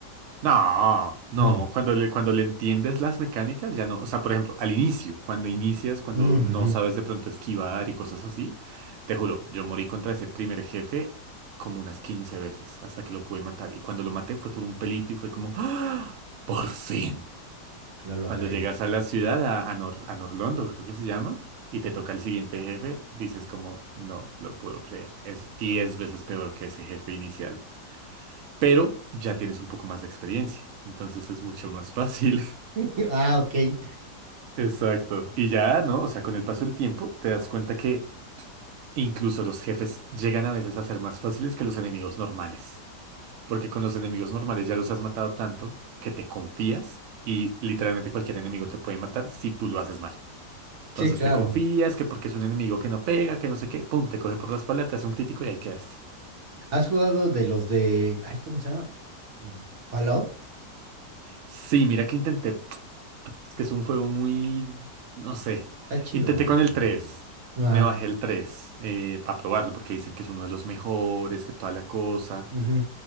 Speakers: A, on the right (about 70°); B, on the right (about 50°).
A: No, no,
B: <laughs>
A: cuando le, cuando le entiendes las mecánicas ya no, o sea, por ejemplo, al inicio, cuando inicias, cuando
B: Ujujú,
A: no sabes de pronto esquivar y cosas así, te juro, yo morí contra ese primer jefe como unas 15 veces hasta que lo pude matar y cuando lo maté fue por un pelito y fue como, ¡Ah! ¡Por fin!
B: Lo logré.
A: Cuando llegas a la ciudad, a, a, Nor- a Norlondo, creo que se llama, y te toca el siguiente jefe, dices como, no lo puedo creer, es 10 veces peor que ese jefe inicial pero ya tienes un poco más de experiencia, entonces es mucho más fácil.
B: <laughs> Ah, ok.
A: <laughs> Exacto. Y ya, ¿no? O sea, con el paso del tiempo te das cuenta que incluso los jefes llegan a veces a ser más fáciles que los enemigos normales, porque con los enemigos normales ya los has matado tanto que te confías y literalmente cualquier enemigo te puede matar si tú lo haces mal. Entonces
B: Sí, claro.
A: te confías que porque es un enemigo que no pega, que no sé qué, pum, te coge por la espalda, te hace un crítico y ahí quedaste.
B: ¿Has jugado de los de... Ay, ¿cómo se llama? Uh, Fallout.
A: Sí, mira que intenté Es que es un juego muy, no sé.
B: Está chido,
A: Intenté con el
B: pero...
A: tres
B: Ajá.
A: Me bajé el 3 para probarlo porque dicen que es uno de los mejores, que toda la cosa.
B: ujú.